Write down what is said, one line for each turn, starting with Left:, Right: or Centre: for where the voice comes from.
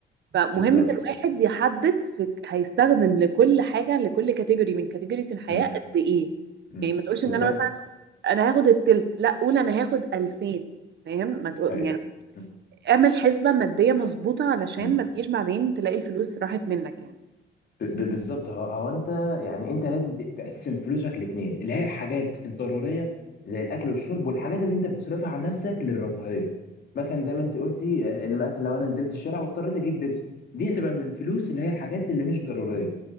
Right: فمهم
Left: بالظبط
Right: ان الواحد يحدد في هيستخدم لكل حاجه لكل كاتيجوري من كاتيجوريز الحياه
Left: امم
Right: قد ايه
Left: امم
Right: يعني ما تقولش
Left: بالظبط
Right: ان انا مثلا انا هاخد التلت لا قول انا هاخد 2000 فاهم ما تقول
Left: ايوه
Right: يعني
Left: امم
Right: اعمل حسبه ماديه مظبوطه علشان
Left: امم
Right: ما تجيش بعدين تلاقي الفلوس راحت منك يعني
Left: ب- ب- بالظبط هو هو انت يعني انت لازم ت- تقسم فلوسك لاتنين اللي هي الحاجات الضروريه زي الاكل والشرب والحاجات اللي انت بتصرفها على نفسك للرفاهيه مثلا زي ما انت قلتي آه، مثلا لو انا نزلت الشارع واضطريت اجيب بيبسي دي هتبقى من الفلوس اللي هي الحاجات اللي مش ضروريه